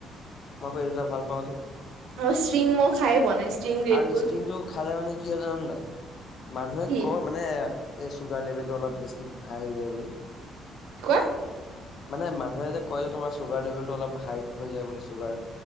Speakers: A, on the left; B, on the right.
A: মই আকৌ এই দুটা ভাল পাওঁ যে।
B: অ ষ্টিং মই খাই পোৱা নাই। ষ্ট্ৰিং ৰেডবুল
A: আৰু ষ্টিংটো খালে মানে কি হয় জাননে নাই? মানুহে
B: কি
A: কয় মানে এই চুগাৰ লেভেল টো অলপ বেছি হাই হৈ যায় বুলি।
B: কি কোৱা
A: মানে মানুহে যে কয় যে তোমাৰ চুগাৰ লেভেলটো অলপ হাই হৈ যায় বুলি চুগাৰ।